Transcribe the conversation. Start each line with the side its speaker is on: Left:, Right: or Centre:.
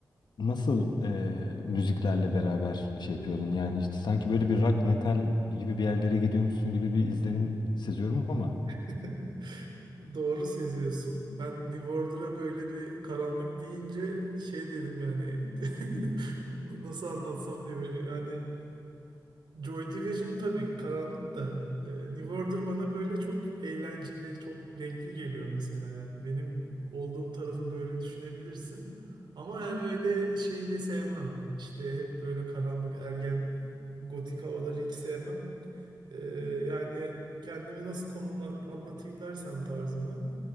Left: nasıl eee, müziklerle beraber şey yapıyordun? Yani işte sanki böyle bir rock metal gibi bir yerlere gidiyormuşsun gibi bir izlenim seziyorum ama
Right: <laughs> Doğru seziyorsun. Ben New Order'a böyle bir karanlık deyince şey dedim yani <laughs> nasıl anlatsam diye böyle yani Joy Division tabii karanlık da e, New Order bana böyle çok eğlenceli, çok renkli geliyor mesela yani benim olduğum tarafı böyle düşünebilirsin. Ama yani öyle şey de sevmem. İşte hep böyle karanlık, ergen, gotik havaları hiç sevmem. E, yani kendimi nasıl konumla anlatayım dersem tarzımı.